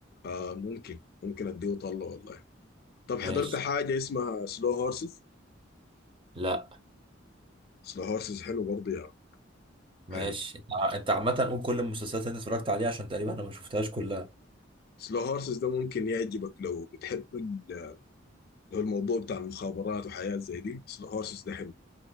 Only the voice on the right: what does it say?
ماشي
لا
ماشي
انت ع- انت عامة قول كل المسلسلات اللي انت اتفرجت عليها عشان تقريبا انا ما شفتهاش كلها